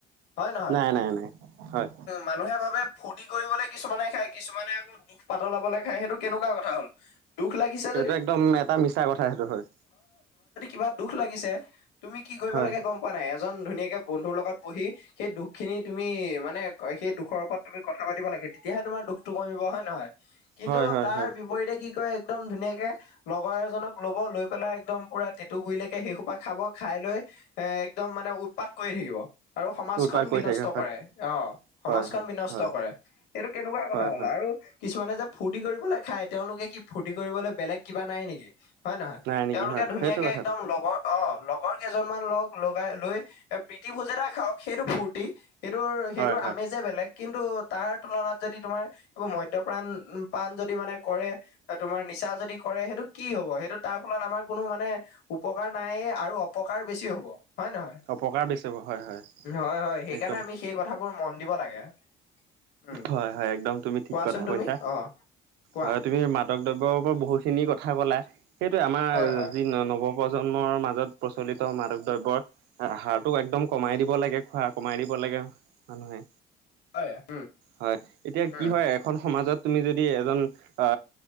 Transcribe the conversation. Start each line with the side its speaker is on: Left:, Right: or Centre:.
Left: হয় নহয়
Right: নাই নাই নাই হয়
Left: মানুহে ভাবে ফূৰ্তি কৰিবলৈ কিছুমানে খায় কিছুমানে আকৌ দুখ পাতলাবলৈ খায় সেইটো কেনেকুৱা কথা হ'ল। দুখ লাগিছে
Right: সেইটো
Left: যদি
Right: একদম এটা মিছা কথা সেইটো হয়
Left: পোৰা দুখ লাগিছে তুমি কি কৰিব
Right: হয়
Left: লাগে গম পোৱা নে নাই এজন ধুনীয়াকে বন্ধুৰ লগত বহি সেই দুখখিনি তুমি মানে সেই দুখৰ ওপৰত তুমি কথা পাতিব লাগে তেয়া তেতিয়াহে তোমাৰ দুখটো কমিব হয়- নহয় কিন্তু
Right: হয় হয়
Left: তাৰ
Right: হয়।
Left: বিপৰীতে কি কৰে একদম ধুনীয়াকে লগৰ এজনক ল'ব, লৈ পেলাই একদম পুৰা টেটু গুৰিলেকে সেইসোপা খাব, খাই লৈ এ একদম মানে মানে উৎপাত কৰি থাকিব আৰু সমাজখন
Right: উৎপাত কৰি
Left: বিনষ্ট
Right: থাকে হয়
Left: কৰে অ সমাজখন
Right: হয় হয়
Left: বিনষ্ট
Right: হয়
Left: কৰে এইটো কেনেকুৱা কথা
Right: হয়
Left: হ'ল
Right: হয়
Left: আৰু কিছুমানে যে ফুৰ্তি কৰিবলে খায় তেওঁলোকে কি ফুৰ্তি কৰিবলে বেলেগ কিবা নাই নেকি? হয় নহয়
Right: নাই নেকি
Left: তেওঁলোকে
Right: হয়
Left: ধুনীয়াকে
Right: সেইটো কথাটো
Left: একদম লগৰ- অ লগৰ কেইজনমান লগ লগাই লৈ এ প্ৰীতি ভোজ এটা খাওক সেইটো ফুৰ্তি সেইটোৰ সেইটোৰ
Right: হয় হয়
Left: আমেজে বেলেগ কিন্তু তাৰ তুলনাত যদি তোমাৰ এইবোৰ মদ্যপ্ৰাণ পাণ যদি মানে কৰে, তোমাৰ নিচা যদি কৰে সেইটো কি হ'ব সেইটো তাৰ ফলত আমাৰ কোনো মানে উপকাৰ নাইয়ে আৰু অপকাৰ বেছি হ'ব হয় নহয়।
Right: অপকাৰ বেছি হ'ব হয় হয়
Left: হয় হয় সেইকাৰণে
Right: একদম
Left: আমি সেই কথাবোৰ মন দিব লাগে উম
Right: হয় হয় একদম তুমি ঠিক
Left: কোৱাচোন
Right: কথা
Left: তুমি
Right: কৈছা
Left: অ কোৱা
Right: হয় তুমি মাদক দ্ৰব্যৰ ওপৰত বহু খিনি কথা কথা ক'লা সেইটোৱে আমাৰ
Left: হয় হয়
Right: যি ন নৱপ্ৰজন্মৰ মাজত প্ৰচলিত মাদক দ্ৰব্যৰ আহাৰটো একদম কমাই দিব লাগে খোৱা কমাই দিব লাগে মানুহে
Left: হয় উম
Right: হয় এতিয়া
Left: উম
Right: কি হয় এখন সমাজত তুমি যদি এজন আ